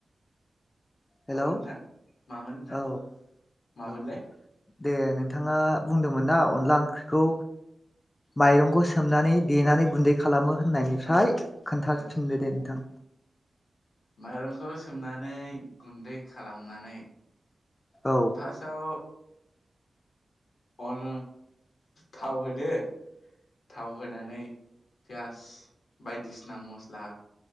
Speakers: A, on the left (about 30°); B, on the left (about 90°).
A: हेलौ
B: नोंथां मामोन नोंथां
A: औ
B: मामोनलाय
A: औ दे नोंथाङा बुंदोंमोन ना अनला ओंख्रिखौ माइरंखौ सोमनानै देनानै गुन्दै खालामो होननायनिफ्राय खोन्थाफिनदो
B: ओं
A: दे नोंथां
B: माइरंखौ सोमनानै गुन्दै खालामनानै
A: औ
B: थासयाव अन थाव होदो थाव होनानै पियास बायदिसिना मस्ला